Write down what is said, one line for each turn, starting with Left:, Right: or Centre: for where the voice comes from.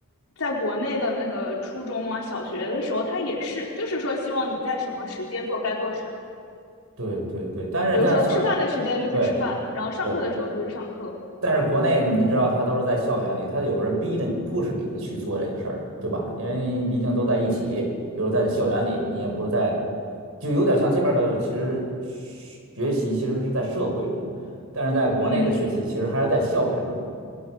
Left: 在国内的那个初中啊、小学的时候，他也是就是说希望你在什么时间做该做事，
Right: 对对对，但是在像
Left: 比如说吃饭的时间就是吃饭，
Right: 对。
Left: 然后上课的时候就是上课。
Right: 对但是国内你知道，他都是在校园里，它有人逼着你、push 你的去做这个事儿，对吧？因为毕竟都在一起，有时在校园里，你也不是在，就有点像这边的，其实学习其实是在社会中，但是在国内的学习其实还是在校园中。
Left: 嗯，